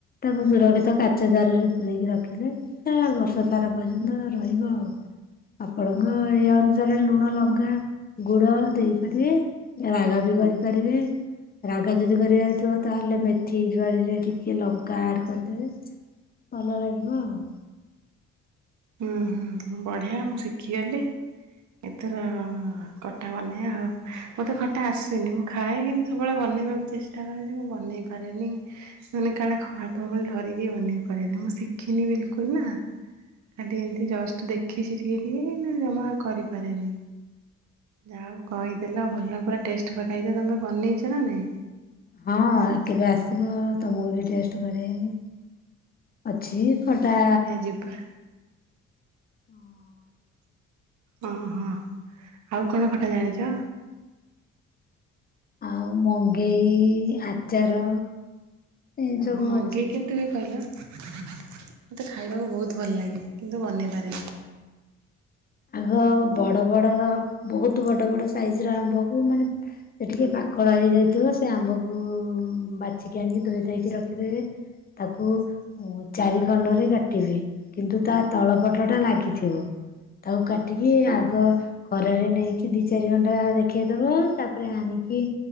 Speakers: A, on the left (about 30°); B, on the right (about 70°).
A: ତାକୁ ସୁରକ୍ଷିତ କାଚ ଜାରରେ ପୁରେଇକି ରଖିବେ ତା ବର୍ଷସାରା ପର୍ଯ୍ୟନ୍ତ ରହିବ ଆଉ। ଆପଣଙ୍କ ଇଏ ଅନୁସାରେ ଲୁଣ, ଲଙ୍କା, ଗୁଡ ଦେଇପାରିବେ। ରାଗ ବି କରିପାରିବେ। ରାଗ ଯଦି କରିବାର ଥିବ ତାହେଲେ ମେଥି ଜୁଆଣିରେ ଟିକେ ଲଙ୍କା ଆଡ କରଦେବେ ଭଲ ଲାଗିବ ଆଉ।
B: ହୁଁ ହୁଁ ବଢିଆ ମୁଁ ଶିଖିଗଲି। ଏଥର ଖଟା ବନେବା ଆଉ ମୋତେ ଖଟା ଆସେନି ମୁଁ ଖାଏ କେମତି ସବୁବେଳେ ବନେଇବାକୁ ଚେଷ୍ଟା କର ଯେ ମୁଁ ବନେଇ ପାରେନି ମାନେ କାଳେ ଖରାପ ହବ ବୋଲି ଡରିକି ବନେଇ ପାରେନି ମୁଁ ଶିଖିନି ବିଲକୁଲ ନା ଖାଲି ଏମିତି ଜଷ୍ଟ ଦେଖି ଶିଖିଯାଇଥିଲି ନା ମୁଁ ଆଉ କରିପାରେନି। ଯାହା ହଉ କହିଦେଲ ଭଲ ପୁରା ଟେଷ୍ଟ ବନେଇଛ ତମେ ବନେଇଛ ନା ନାଇଁ?
A: ହଁ କେବେ ଆସିବ ତମକୁ ବି ଟେଷ୍ଟ କରେଇବି। ଅଛି ଖଟା
B: ଯିବା‌।
A: ହଁ।
B: ଅ ହଁ ହଁ ଆଉ କଣ ଖଟା ଜାଣିଛ?
A: ଆଉ ମଙ୍ଗେଇ ଆଚାର ଏ
B: ଓ
A: ସବୁ
B: ହୋ ମଙ୍ଗେଇ
A: ଅଛି
B: କେମତି ହୁଏ କହିଲ? ମୋତେ ଖାଇବାକୁ ବହୁତ ଭଲ ଲାଗେ କିନ୍ତୁ ବନେଇ ପାରେନି।
A: ଆଗ ବଡ଼ ବଡ଼ ବହୁତ ବଡ଼ ବଡ଼ ସାଇଜର ଆମ୍ବକୁ ମାନେ ଏଟିକେ ପାକଳ ହେଇଯାଇଥିବ ସେ ଆମ୍ବକୁ ବାଛିକି ଆଣିକି ଧୋଇଧାଇକି ରଖିଦେବେ ତାକୁ ଓ ଚାରି ଖଣ୍ଡରେ କାଟିବେ କିନ୍ତୁ ତା ତଳପଟଟା ଲାଗିଥିବ। ତାକୁ କାଟିକି ଆଗ ଖରାରେ ନେଇକି ଦି ଚାରି ଘଣ୍ଟା ଦେଖେଇଦବ ତାପରେ ଆଣିକି